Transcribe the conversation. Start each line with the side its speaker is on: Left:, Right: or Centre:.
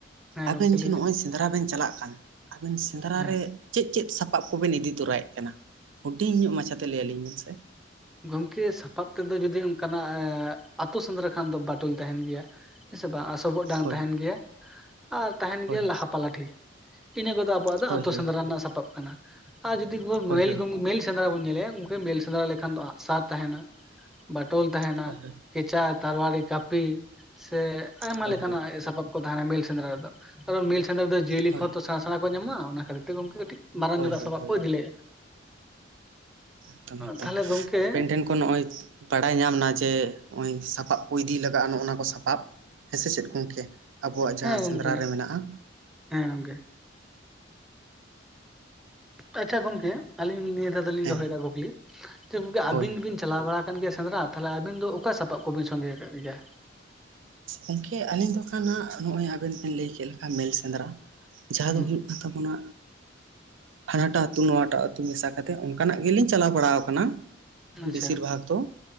Centre: ᱦᱮᱸ
Right: ᱟᱵᱮᱱ
Centre: ᱜᱚᱝᱠᱮ
Right: ᱡᱮ
Centre: ᱞᱟᱹᱭ
Right: ᱱᱚᱜ-ᱚᱭ
Centre: ᱵᱤᱱ
Right: ᱥᱮᱸᱫᱽᱨᱟ ᱵᱮᱱ ᱪᱟᱞᱟᱜ ᱠᱟᱱ ᱟᱵᱮᱱ ᱥᱮᱸᱫᱽᱨᱟ
Centre: ᱦᱮᱸ
Right: ᱨᱮ ᱪᱮᱫ ᱪᱮᱫ ᱥᱟᱯᱟᱵ ᱠᱚᱵᱮᱱ ᱤᱫᱤ ᱛᱚᱨᱟᱭᱮᱫ ᱠᱟᱱᱟ᱾ ᱦᱩᱰᱤᱧ ᱧᱚᱜ ᱢᱟᱪᱷᱟᱛᱮ ᱞᱟᱹᱭ ᱟᱹᱞᱤᱧ ᱵᱮᱱ ᱥᱮ?
Centre: ᱜᱚᱢᱠᱮ ᱥᱟᱯᱟᱵ ᱛᱮᱫᱚ ᱡᱩᱫᱤ ᱚᱱᱠᱟᱱᱟᱜ ᱟᱹᱛᱩ ᱥᱮᱸᱫᱽᱨᱟ ᱠᱷᱟᱱ ᱫᱚ ᱵᱟᱴᱚᱞ ᱛᱟᱦᱮᱱ ᱜᱮᱭᱟ᱾ ᱦᱮᱸ ᱥᱮ ᱵᱟᱝ ᱟᱥᱚᱵᱚᱜ ᱰᱟᱝ
Right: ᱦᱳᱭ
Centre: ᱛᱟᱦᱮᱱ ᱜᱮᱭᱟ᱾ ᱟᱨ ᱛᱟᱦᱮᱱ
Right: ᱦᱳᱭ
Centre: ᱜᱮᱭᱟ ᱞᱟᱦᱟᱯᱞᱟᱴᱷᱤ ᱤᱱᱟᱹ ᱠᱚᱫᱚ ᱟᱵᱚᱣᱟᱜ ᱫᱚ
Right: ᱦᱳᱭ
Centre: ᱟᱛᱳ
Right: ᱦᱳᱭ
Centre: ᱥᱮᱸᱫᱽᱨᱟ ᱨᱮᱱᱟᱜ ᱥᱟᱯᱟᱵ ᱠᱟᱱᱟ ᱟᱨ ᱡᱩᱫᱤ
Right: ᱦᱳᱭ
Centre: ᱢᱮᱞ
Right: ᱦᱳᱭ
Centre: ‌ᱜᱚᱝ ᱢᱮᱞ ᱥᱮᱸᱫᱽᱨᱟ ᱵᱚᱱ ᱧᱮᱞᱮᱜ-ᱟ ᱜᱚᱢᱠᱮ ᱢᱮᱞ ᱥᱮᱸᱫᱽᱨᱟ ᱞᱮᱠᱷᱟᱱ ᱫᱚ ᱟᱸᱜ-ᱥᱟᱨ ᱛᱟᱦᱮᱱᱟ᱾ ᱵᱟᱴᱳᱚᱞ ᱛᱟᱦᱮᱱᱟ
Right: ᱦᱳᱭ ᱦᱳᱭ ᱦᱳᱭ
Centre: ᱠᱷᱮᱪᱟ ᱛᱟᱨᱣᱟᱨᱤ ᱠᱟᱹᱯᱤ ᱥᱮ ᱟᱭᱢᱟ
Right: ᱦᱳᱭ
Centre: ᱞᱮᱠᱟᱱᱟᱜ ᱥᱟᱯᱟᱵ ᱠᱚ ᱫᱟᱬᱟ ᱵᱤᱞ ᱥᱮᱸᱫᱽᱨᱟ ᱨᱮ ᱫᱚ ᱱᱮᱛᱟᱨ ᱫᱚ ᱢᱮᱞ ᱥᱮᱸᱫᱽ ᱨᱮ ᱫᱚ ᱡᱤᱭᱟᱹᱞᱤ
Right: ᱦᱳᱭ
Centre: ᱠᱚᱦᱚᱸᱚ ᱥᱮᱬᱟ-ᱥᱮᱬᱟ ᱠᱚ ᱧᱟᱢᱚᱜᱼᱟ, ᱚᱱᱟ ᱠᱷᱟᱹᱛᱤᱨ ᱛᱮ ᱜᱚᱝᱠᱮ ᱠᱟᱹᱴᱤᱡ ᱢᱟᱨᱟᱝ
Right: ᱦᱳᱭ
Centre: ᱧᱚᱜᱟᱜ
Right: ᱦᱳᱭ
Centre: ᱥᱟᱯᱵ
Right: ᱦᱳᱭ
Centre: ᱠᱚ ᱤᱫᱤᱞᱮᱜᱼᱟ᱾
Right: ᱮᱠᱫᱚᱢ ᱮᱠᱫᱚᱢ
Centre: ᱛᱟᱦᱚᱞᱮ ᱜᱚᱢᱠᱮ
Right: ᱟᱵᱮᱱ ᱴᱷᱮᱱ ᱠᱷᱚᱱ ᱱᱚᱜ ᱚᱭ ᱵᱟᱲᱟᱭ ᱧᱟᱢ ᱱᱟ ᱡᱮ ᱱᱚᱜ ᱚᱚᱭ ᱥᱟᱯᱟᱵ ᱠᱚ ᱤᱫᱤ ᱞᱟᱜᱟᱜᱼᱟ ᱱᱚᱜ-ᱚᱱᱟ ᱠᱚ ᱥᱟᱯᱟᱵ ᱦᱮᱸ ᱥᱮ ᱪᱮᱫ ᱜᱚᱢᱠᱮ ᱟᱵᱚᱣᱟᱜ ᱡᱟᱦᱟᱸ
Centre: ᱦᱮᱸ ᱜᱚᱢᱠᱮ
Right: ᱥᱮᱸᱫᱽᱨᱟ ᱨᱮ ᱢᱮᱱᱟᱜᱼᱟ᱾
Centre: ᱦᱮᱸ ᱜᱚᱝᱠᱮ ᱟᱪᱪᱷᱟ ᱜᱚᱝᱠᱮ ᱟᱹᱞᱤᱧ ᱱᱤᱭᱟᱹ ᱫᱷᱟᱣ ᱫᱚᱞᱤᱧ
Right: ᱦᱮᱸ
Centre: ᱫᱚᱦᱚᱭᱮᱫᱟ ᱠᱩᱠᱞᱤ ᱡᱮ ᱜᱚᱝᱠᱮ
Right: ᱦᱳᱭ
Centre: ᱟᱵᱤᱱ ᱵᱤᱱ ᱪᱟᱞᱟᱣ ᱵᱟᱲᱟ ᱟᱠᱟᱱ ᱜᱮᱭᱟ ᱥᱮᱸᱫᱽᱨᱟ ᱛᱟᱞᱦᱮ ᱟᱵᱮᱱ ᱫᱚ ᱚᱠᱟ ᱥᱟᱯᱟᱵ ᱠᱚᱵᱤᱱ ᱥᱚᱸᱜᱮ ᱟᱠᱟᱫ ᱜᱮᱭᱟ?
Right: ᱜᱚᱢᱠᱮ ᱟᱹᱞᱤᱧ ᱫᱚ ᱠᱷᱟᱱ ᱦᱟᱸᱜ ᱱᱚᱜ-ᱚᱭ ᱟᱵᱮᱱ ᱵᱮᱤᱱ ᱞᱟᱹᱭ ᱠᱮᱫ ᱞᱮᱠᱟ ᱢᱮᱞ ᱥᱮᱸᱫᱽᱨᱟ ᱡᱟᱦᱟᱸ
Centre: ᱦᱩᱸ
Right: ᱫᱚ ᱦᱩᱭᱩᱜ ᱠᱟᱱᱟ ᱢᱮᱱᱟᱜ ᱛᱟᱵᱚᱱᱟ ᱦᱟᱱᱟᱴᱟᱜ ᱟᱹᱛᱩ ᱱᱚᱣᱟᱴᱟᱜ ᱟᱹᱛᱩ ᱢᱮᱥᱟ ᱠᱟᱛᱮ ᱚᱱᱠᱟᱱᱟᱜ ᱜᱮᱞᱤᱧ ᱪᱟᱞᱟᱣ ᱵᱟᱲᱟ ᱟᱠᱟᱱᱟ᱾
Centre: ᱟᱪᱪᱷᱟ
Right: ᱵᱮᱥᱤᱨ ᱵᱷᱟᱜᱽ ᱫᱚ